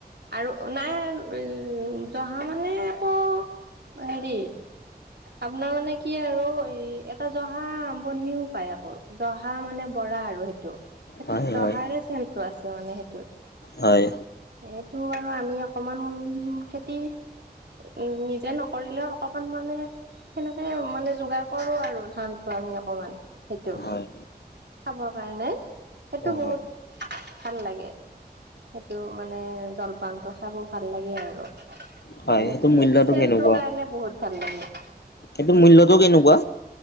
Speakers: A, on the right; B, on the left.
A: আৰু নাই, উ, জহা মানে আকৌ হেৰি আপোনাৰ মানে কি আৰু এই এটা জহা কনিও পায় আকৌ, জহা মানে বৰা আৰু সেইটো, সেইটো
B: হয়
A: জহাৰে
B: হয়
A: চেন টো আছে মানে সেইটোত।
B: হয়।
A: এইটো বাৰু আমি অকমান খেতি উ, নিজে নকৰিলেও অকমান মানে সেনেকে মানে যোগাৰ কৰোঁ আৰু ধানটো আমি। অকমান সেইটো,
B: হয়
A: খাবৰ কাৰণে, সেইটো
B: অ
A: বহুত
B: হয়
A: ভাল লাগে, সেইটো মানে জলপানটো খাব ভাল লাগে আৰু। মানে
B: হয় সেইটো
A: কি
B: মূল্যটো
A: চেনটোৰ
B: কেনেকুৱা
A: কাৰণে বহুত ভাল লাগে।
B: সেইটো মূল্যতটো কেনেকুৱা?